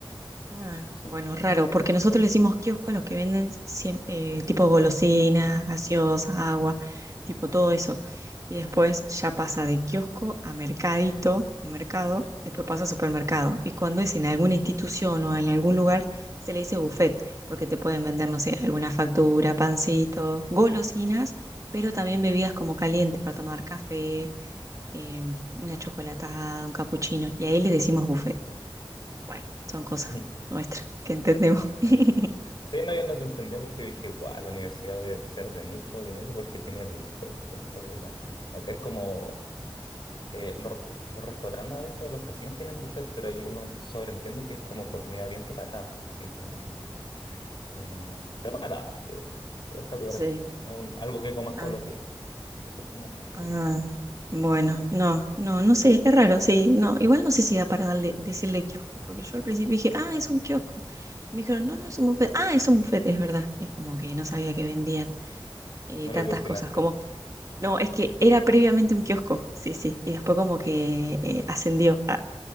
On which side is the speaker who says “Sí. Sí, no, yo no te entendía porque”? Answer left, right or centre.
Left